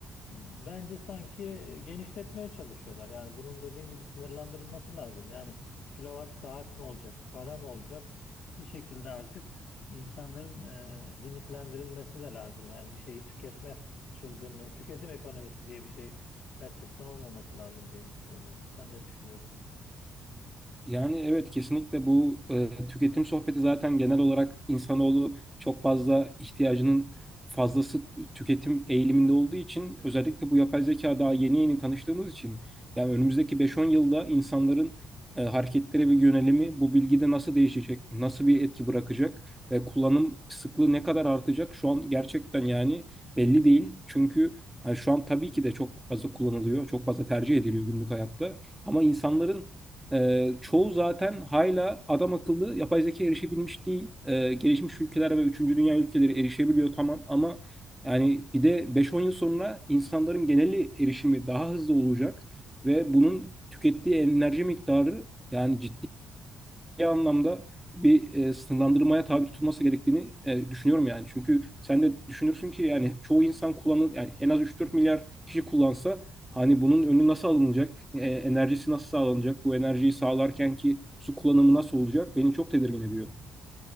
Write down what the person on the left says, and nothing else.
bence sanki genişletmeye çalışıyorlar. Yani bunun dediğin gibi sınırlandırılması lazım. Yani kilowatt saat mi olacak, para mı olacak? Bir şekilde artık İnsanların e, limitlendirilmesi de lazım. Yani bir şeyi tüketme çılgınlığı, tüketim ekonomisi diye bir şey gerçekten olmaması lazım diye düşünüyorum. Umut, Sen ne düşünüyorsun?